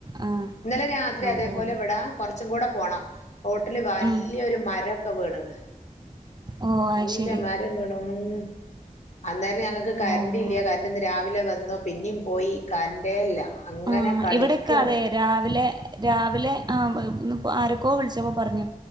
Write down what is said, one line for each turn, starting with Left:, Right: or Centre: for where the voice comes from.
Right: ആ
Left: ഇന്നലെ രാത്രി
Right: അതെ
Left: അതേ പോലെ
Right: അതെ
Left: ഇവിട. കുറച്ചും കൂടെ പോണം, റോട്ടില് വലിയ
Right: ഉം
Left: ഒരു മരൊക്കെ വീണ്ക്ക്ണ്.
Right: ഓ
Left: നല്ല
Right: അത് ശരി
Left: മരം വീണുന്ന്. അന്നേരം ഞങ്ങൾക്ക് കറൻ്റ്
Right: ഓ
Left: ഇല്ല കറണ്ട് ഒന്ന് രാവിലെ വന്ന്. പിന്നെയും പോയി കറൻ്റേ ഇല്ല. അങ്ങനെ
Right: ആഹ്,
Left: കളിക്കാണ്
Right: ഇവിടെയൊക്കെ അതെ രാവിലെ രാവിലെ ആഹ്, ഇന്ന് ഇപ്പോ ആരൊക്കോ വിളിച്ചപ്പോ പറഞ്ഞു.